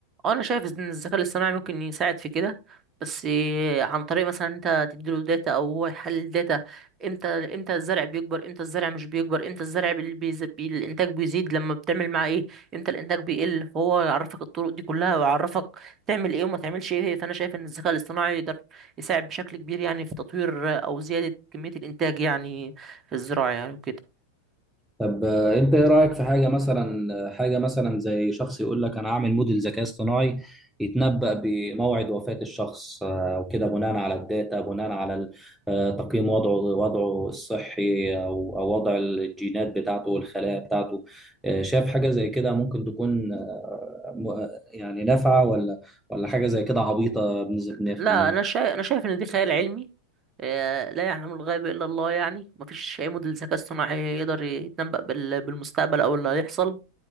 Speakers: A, on the right; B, in the centre.
A: اه انا شايف ان الذكاء الاصطناعي ممكن يساعد في كده بس إيه، عن طريق مثلا انت تديله داتا او هو يحلل داتا امتى امتى الزرع بيكبر امتى الزرع مش بيكبر امتى الزرع بي... بيز- بي... الانتاج بيزيد لما بتعمل معاه ايه امتى الانتاج بيقل فهو يعرفك الطرق دي كلها ويعرفك تعمل ايه وما تعملش ايه فانا شايف ان الذكاء الاصطناعي يقدر يساعد بشكل كبير يعني في تطوير او زيادة كمية الانتاج يعني في الزراعة يعني وكده
B: طب آه، انت ايه رايك في حاجه مثلا آه، حاجه مثلا زي شخص يقول لك انا هعمل موديل ذكاء اصطناعي يتنبأ بموعد وفاه الشخص آه، وكده بناء على الداتا بناء على ال- آه، تقييم وضعه وضعه الصحي او او وضع الجينات بتاعته والخلايا بتاعته آه، شايف حاجه زي كده ممكن تكون آه، م- آه، يعني نافعه ولا ولا حاجه زي كده عبيطه بنسبه 100%
A: لا انا شايف انا شايف ان دي خيال علمي آه، لا يعلم الغيب الا الله يعني مفيش اي موديل ذكاء اصطناعي يقدر يتنبأ بال- بالمستقبل او اللي هيحصل